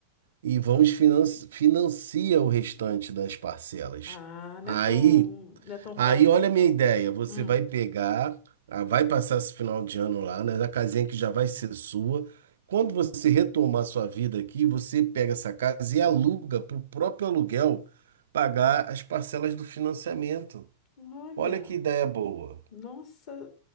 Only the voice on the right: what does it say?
e vamos finan financia o restante das parcelas.
Aí
Aí
olha
a minha ideia, você
vai pegar, ah, vai passar esse final de ano lá, né, na casinha que já vai ser sua. Quando você retomar sua vida aqui, você pega essa casa e aluga para o próprio aluguel pagar as parcelas do financiamento.
Olha que ideia boa.